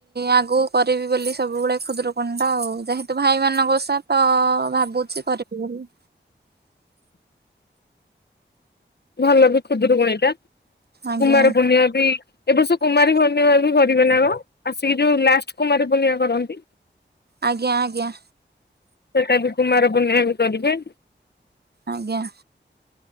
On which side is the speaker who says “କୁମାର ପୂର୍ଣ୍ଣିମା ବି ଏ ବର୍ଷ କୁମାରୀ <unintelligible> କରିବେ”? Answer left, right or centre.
Left